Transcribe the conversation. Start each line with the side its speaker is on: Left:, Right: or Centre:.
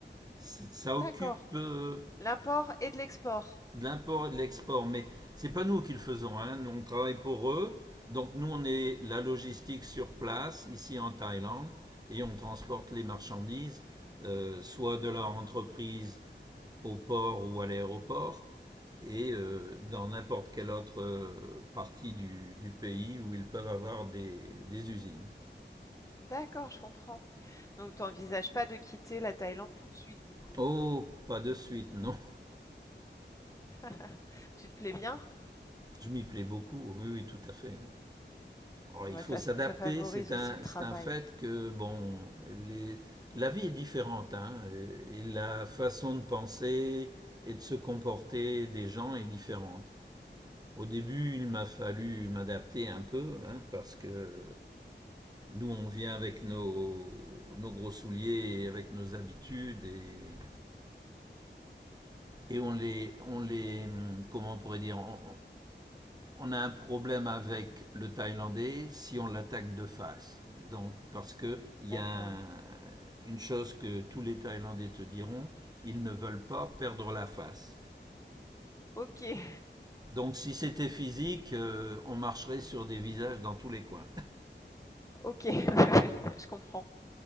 Right: c'est- ça
Left: D'accord.
Right: occupe euh,
Left: L'import et de l'export.
Right: de l'import et de l'export, mais c'est pas nous qui le faisons, hein. Nous, on travaille pour eux, donc nous on est la logistique sur place, ici en Thaïlande, et on transporte les marchandises, euh, soit de leur entreprise au port ou à l'aéroport et euh, dans n'importe quelle autre euh, partie du, du pays où ils peuvent avoir des, des usines.
Left: D'accord, je comprends. Donc tu envisages pas de quitter la Thaïlande tout de suite du coup?
Right: Oh, pas de suite, non.
Left: <laughs> Tu te plais bien?
Right: Je m'y plais beaucoup, oui, oui, tout à fait. Alors,
Left: Bon
Right: il
Left: bah
Right: faut
Left: ça
Right: s'adapter,
Left: fa ça favorise
Right: c'est un,
Left: aussi le travail.
Right: c'est un fait que, bon, les, la vie est différente, hein, et, et la façon de penser et de se comporter des gens est différente. Au début, il m'a fallu m'adapter un peu, hein, parce que Nous, on vient avec nos, nos gros souliers et avec nos habitudes et, et on les, on les, hum, comment on pourrait dire, on, on a un problème avec le Thaïlandais si on l'attaque de face. Donc, parce que il
Left: D'accord.
Right: y a un- une chose que tous les Thaïlandais te diront, ils ne veulent pas perdre la face.
Left: OK,
Right: Donc, si c'était physique, euh, on marcherait sur des visages dans tous les coins.
Left: <laughs> OK, <laughs> je comprends.